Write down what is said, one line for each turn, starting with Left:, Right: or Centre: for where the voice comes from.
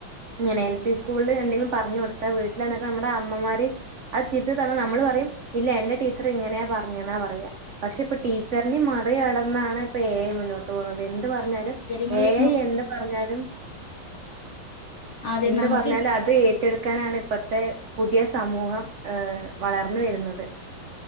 Right: ഇങ്ങനെ എൽ പി സ്കൂളിൽ എന്തെങ്കിലും പറഞ്ഞു കൊടുത്താ വീട്ടിവന്നിട്ട് നമ്മുടെ അമ്മമാര് അത് തിരുത്തി തന്ന നമ്മൾ പറയും ഇല്ല എന്റെ ടീച്ചർ ഇങ്ങനെയാ പറഞ്ഞേനെ പറ പക്ഷെ ഇപ്പൊ ടീച്ചറിനേം മറികടന്നാണ് ഇപ്പൊ എ ഐ മുന്നോട്ട് പോകുന്നത് എ എന്ത് പറഞ്ഞാലും
Left: സാഹചര്യങ്ങൾ
Right: ഏ
Left: വെച്ച് നോ
Right: ഐ എന്ത് പറഞ്ഞാലും
Left: അതെ
Right: എന്ത്
Left: നമുക്ക്
Right: പറഞ്ഞാലും അത് ഏറ്റെടുക്കാനാണ് ഇപ്പത്തെ പുതിയ സമൂഹം ഏഹ് വളർന്നു വരുന്നത്